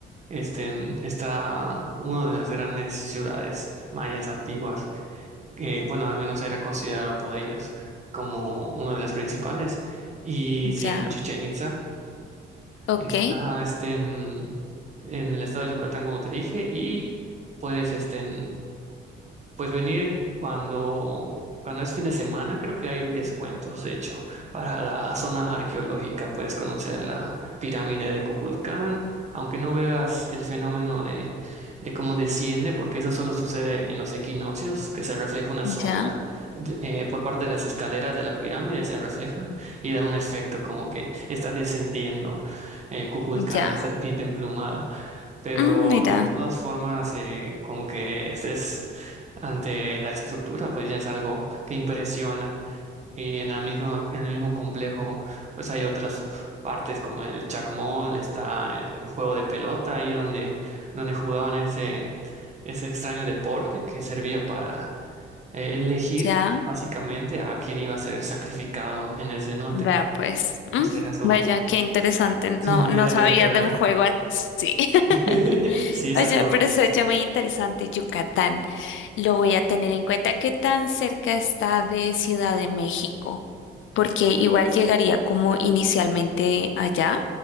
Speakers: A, on the right; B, on the left.
A: este, está una de las grandes ciudades mayas antiguas, que bueno, al menos era considerado por ellos como una de las principales, y se
B: Ya,
A: llama Chichén Itzá.
B: ok,
A: Está este, en en el estado de Yucatán, como te dije, y puedes este pues venir cuando, cuando es fin de semana, creo que hay descuentos, de hecho, para la zona arqueológica. Puedes conocer la pirámide de Kukulcán, aunque no veas el fenómeno de, de cómo desciende, porque eso solo sucede en los equinoccios, que se refleja una sombra.
B: ya,
A: de- eh, por parte de las escaleras de la pirámide se refleja y da un efecto como que está descendiendo eh, Kukulcán,
B: ya.
A: la serpiente emplumada. Pero
B: Mm, mira,
A: de todas formas, eh, con que estés ante la estructura, pues ya es algo que impresiona. Y en la misma, en el mismo complejo, pues hay otras partes como el Jack Mall, está el juego de pelota ahí donde, donde jugaban ese, ese extraño deporte que servía para eh, elegir
B: ya,
A: básicamente a quién iba a ser sacrificado en el cenote.
B: vea pues. Mm,
A: Esa era su,
B: vaya, qué interesante.
A: su
B: No,
A: manera
B: no sabía
A: de operar.
B: de un juego así.
A: <laughs>
B: <laughs>
A: Sí, es
B: Oye,
A: algo.
B: pero se oye muy interesante, Yucatán. Lo voy a tener en cuenta qué tan cerca está de Ciudad de México, porque igual llegaría como inicialmente allá,